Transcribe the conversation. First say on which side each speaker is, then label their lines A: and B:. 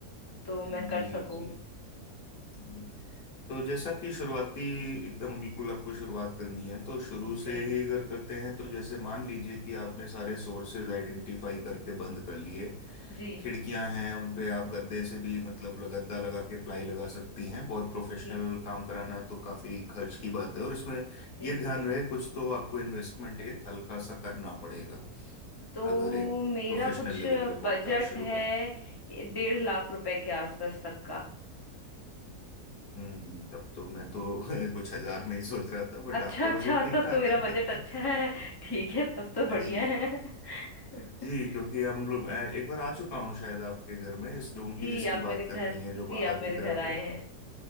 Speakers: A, on the left; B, on the left.
A: तो मैं कर
B: जी
A: सकूं
B: जी जी तो जैसा कि शुरुआती एकदम बिल्कुल आपको शुरुआत करनी है तो शुरू से
A: जी
B: ही अगर करते हैं तो जैसे मान लीजिए कि आपने सारे सोर्सेज आइडेंटिफाई करके बंद कर लिए
A: जी
B: खिड़कियां हैं उन पे आप गद्दे से भी मतलब ल- गद्दा लगा के प्लाई लगा सकती हैं बहुत प्रोफेशनल
A: जी
B: काम कराना तो काफी खर्च की बात है और इसमें
A: जी
B: ये ध्यान
A: जी
B: रहे कुछ तो आपको इन्वेस्टमेंट एक हल्का सा करना पड़ेगा
A: तो
B: अगर एक
A: मेरा
B: प्रोफेशनल
A: कुछ
B: लेवल पे
A: बजट
B: पॉडकास्ट शुरू
A: है
B: कर
A: डेढ़ लाख रुपए के आसपास तक का
B: हम्म तब तो मैं तो <laughs> कुछ हजार में ही सोच रहा था बट
A: अच्छा
B: आपका
A: अच्छा
B: बजट ठीक
A: तब
B: ठाक
A: तो मेरा
B: है
A: बजट अच्छा है
B: <laughs>
A: <laughs> ठीक है तब तो बढ़िया
B: हाँ जी
A: है <laughs>
B: जी क्योंकि हम लोग अ, एक बार आ चुका हूँ शायद आपके घर में इस
A: जी
B: रूम की जिसकी
A: आप मेरे
B: बात
A: घर
B: कर रही है जो
A: जी
B: बाहर
A: आप
B: की
A: मेरे घर
B: तरफ
A: आए
B: है
A: हैं